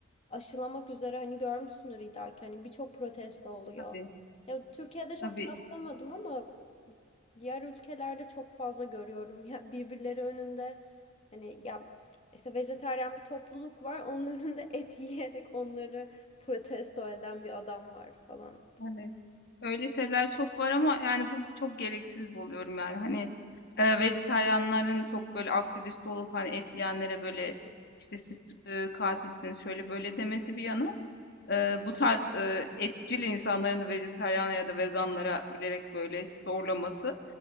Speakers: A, on the left; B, on the left.
A: aşılamak üzere hani görmüşsündür illaki hani birçok protesto oluyor.
B: Tabii,
A: Ya Türkiye'de çok
B: tabii.
A: rastlamadım ama diğer ülkelerde çok fazla görüyorum ya birbirleri önünde hani ya işte vejetaryen bir topluluk var onun <laughs> önünde et yiyerek onları protesto eden bir adam var falan.
B: Hani Öyle şeyler çok var ama yani bu çok gereksiz buluyorum yani hani e, vejetaryenlerin çok böyle aktivist olup hani et yiyenlere böyle işte süt e, katilsiniz şöyle böyle demesi bir yana Eee, bu tarz eee, etçil insanların da vejetaryen ya da veganlara bilerek böyle zorlaması.